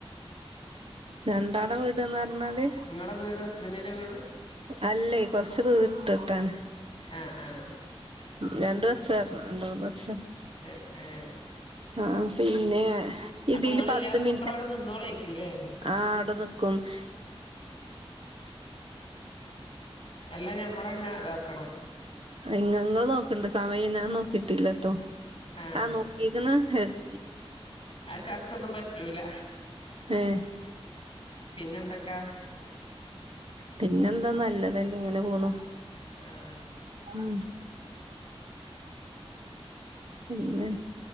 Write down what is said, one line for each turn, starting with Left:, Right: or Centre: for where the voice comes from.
Right: രണ്ടാള വീട്ന്നറഞ്ഞാല്?
Left: ഇങ്ങളെ വീടും ഹസ്ബൻഡിന്റെ വീടും
Right: അല്ലേ കൊറച്ചു ദൂരം ഇട്ടിട്ടാണ്.
Left: ആഹ് ആഹ്
Right: രണ്ടു ബസ് കാറണം രണ്ട് മൂന്ന് ബസ
Left: എഹ് എഹ്
Right: ആഹഹ് പിന്നെ ഇതില്
Left: ഇങ്ങളില്ലാതെ
Right: പത്ത് മിനിറ്റ്.
Left: മക്കളവിടെ നിന്നോളേക്കൂല്ലേ
Right: !!!!!!!!!!!!!!!!!!!!!
Left: അല്ല ഞമ്മളന്നെ ഇതാക്കണം
Right: !
Left: ആഹ്
Right: !!!!!!!!!!!,
Left: ആ ചർച്ചൊന്നും പറ്റൂല
Right: ഏഹ്
Left: പിന്നെ എന്തൊ ക
Right: പിന്നെന്താ നല്ലത്ന്നെ എങ്ങനെ പോണു?
Left: ആഹ്
Right: ആഹ് പിന്നെ